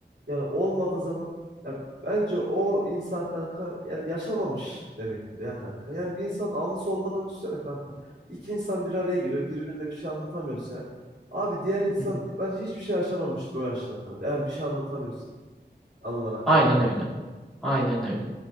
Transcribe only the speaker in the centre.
<laughs>
Aynen
öyle. Aynen öyle.